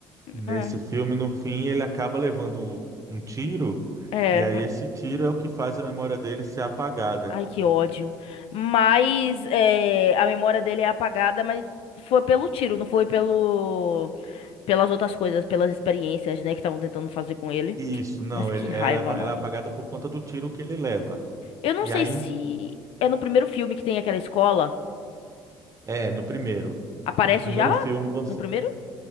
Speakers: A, on the right; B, on the left.
A: nesse
B: é.
A: filme, no fim, ele acaba levando um tiro,
B: É,
A: e aí esse tiro é o que faz a memória dele ser apagada.
B: Ai, que ódio. Mas é, a memória dele é apagada, mas foi pelo tiro, não foi pelo pelas outras coisas, pelas experiências, né, que estavam tentando fazer com ele.
A: Isso, não,
B: Mas que
A: ele,
B: raiva,
A: ela, é,
B: mano.
A: ela é apagada por conta do tiro que ele leva.
B: Eu não
A: E
B: sei
A: aí
B: se é no primeiro filme que tem aquela escola.
A: É, no primeiro.
B: Aparece
A: No primeiro
B: já?
A: filme, você.
B: No primeiro?